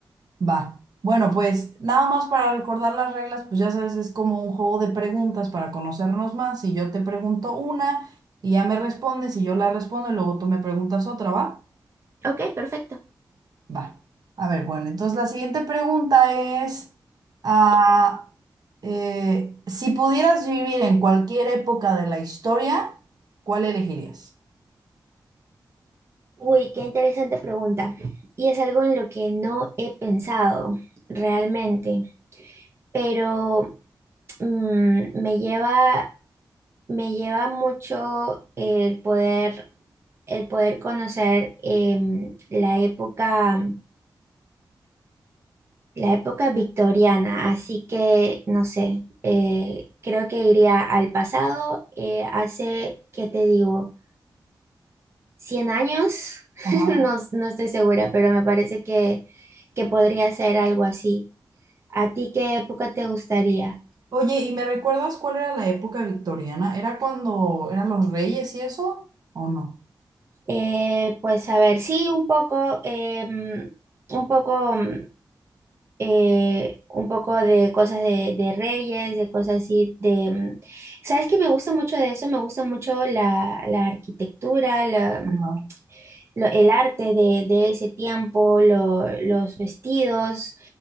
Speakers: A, on the right (about 55°); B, on the right (about 35°).
A: Va. Bueno, pues nada más para recordar las reglas, pues ya sabes, es como un juego de preguntas para conocernos más. Y yo te pregunto una y ya me respondes y yo la respondo y luego tú me preguntas otra, ¿va?
B: Ok, perfecto.
A: Va. A ver, bueno, entonces la siguiente pregunta es, ah, eh, si pudieras vivir en cualquier época de la historia, ¿cuál elegirías?
B: Uy, qué interesante pregunta. Y es algo en lo que no he pensado realmente, pero mm, me lleva, me lleva mucho el poder, el poder conocer em, la época. La época victoriana, así que no sé, eh, creo que iría al pasado, eh, hace, ¿qué te digo? cien años? <laughs>
A: Ajá.
B: No, no estoy segura, pero me parece que, que podría ser algo así. ¿A ti qué época te gustaría?
A: Oye, ¿y me recuerdas cuál era la época victoriana? ¿Era cuando eran los reyes y eso? ¿O no?
B: Eh, pues a ver, sí, un poco, em, un poco. mm, eh, un poco de cosas de, de reyes, de cosas así, de... mm, ¿Sabes qué me gusta mucho de eso? Me gusta mucho la, la arquitectura, la- mm,
A: Ajá.
B: lo- el arte de, de ese tiempo, lo- los vestidos,